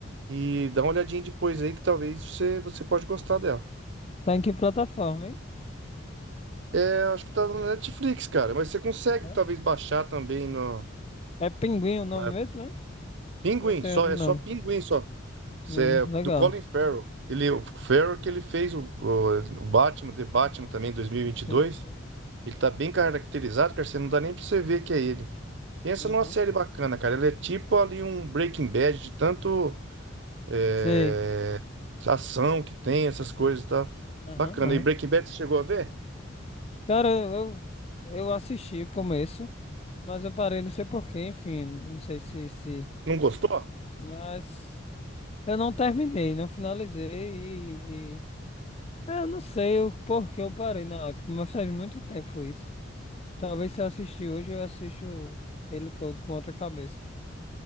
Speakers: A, on the right; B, on the left.
A: E dá uma olhadinha depois aí que talvez você, você pode gostar dela.
B: Tá em que plataforma, hein?
A: É, acho que tá na Netflix, cara, mas você consegue
B: Hã?
A: talvez baixar também no...
B: É Pinguim o nome
A: Não é
B: mesmo, né?
A: Pinguim,
B: Ou tem
A: só,
B: outro
A: é
B: nome?
A: só Pinguim, só. Cê-
B: Hum,
A: é
B: legal.
A: do Colin Farrell. Ele, o Farrell que ele fez o, o, o Batman, The Batman também, em 2022.
B: Sim, sim.
A: Ele tá bem caracterizado, cara. Você não dá nem pra você ver que é ele. Pensa
B: Uhum.
A: numa série bacana, cara. Ele é tipo ali um Breaking Bad de tanto é,
B: Sei.
A: ação que tem, essas coisas e tal.
B: Aham,
A: Bacana.
B: aham.
A: E Breaking Bad você chegou a ver?
B: Cara, eu, eu assisti o começo, mas eu parei, não sei porquê, enfim. Não sei se, se...
A: Não gostou?
B: Mas eu não terminei, não finalizei e... e- é, Eu não sei o porquê eu parei na época, mas faz muito tempo isso. Talvez se eu assistir hoje, eu assisto ele todo com outra cabeça.